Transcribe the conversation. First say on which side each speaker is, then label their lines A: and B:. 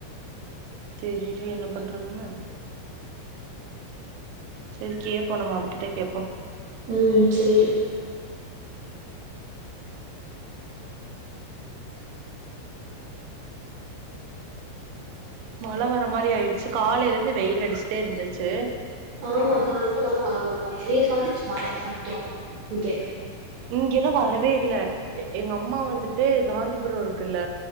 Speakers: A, on the right; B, on the right.
A: தெரியலே என்ன பண்றதுன்னு செரி கேப்போ நம்ம அவகிட்டே கேப்போ
B: ம் சேரி
A: மழவர மாரி ஆயிருச்சு காலேலந்து வெயில் அடுச்ட்டே இருந்துச்சு
B: ஆமா சாய்ந்தரமானா மழ வர மாரி நேத்து வந்துச்சு மழ சாய்ந்ரோ இங்கே
A: இங்க எல்லா வரவே இல்ல எங்க அம்மா வந்துட்டு காந்திபுரொ இருக்குல்ல